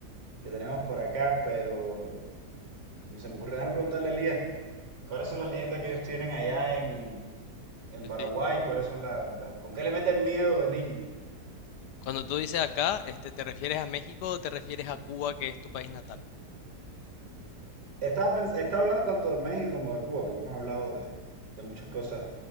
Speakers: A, on the right; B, on the left.
A: que tenemos por acá, pero se me ocurrió, déjame preguntarle, Elías, ¿cuáles son las leyendas que ellos tienen allá en, en
B: Yo
A: Paraguay?
B: estoy-
A: ¿Cuáles son la- las, con qué le meten miedo de niño?
B: Cuando tú dices acá, este, ¿te refieres a México o te refieres a Cuba, que es tu país natal?
A: Estaba, pens- estaba hablando tanto de México como de Cuba, porque hemos hablado de, de muchas cosas